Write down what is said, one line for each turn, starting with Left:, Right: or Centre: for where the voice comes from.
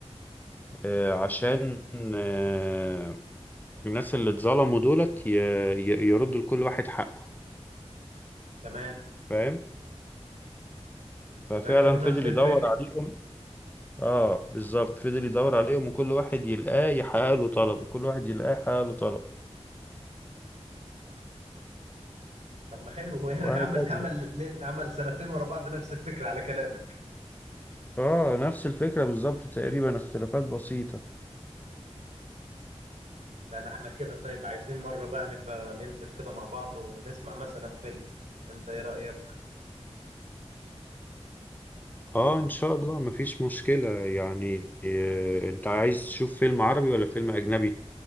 Left: آه، عشان آه، الناس اللي اتظلموا دولت ي... ي... يردوا لكل واحد حقه
Right: تمام
Left: فاهم ففعلا
Right: فكأنه نفس
Left: فضل
Right: الفكره
Left: يدور عليهم اه بالظبط فضل يدور عليهم وكل واحد يلقاه يحقق له طلب وكل واحد يلقاه يحقق له طلب
Right: طب ما حلو هو يعني
Left: وهكذا
Right: <laughs> عمل عمل الاثنين عمل سنتين ورا بعض نفس الفكره على كلامك
Left: اه نفس الفكرة بالظبط تقريبا اختلافات بسيطة
Right: لا لا احنا كده طيب عايزين مره بقى نبقى ننزل كده مع بعض ونسمع مثلا فيلم انت ايه رأيك
Left: اه ان شاء الله مفيش مشكلة يعني آه، انت عايز تشوف فيلم عربي ولا فيلم اجنبي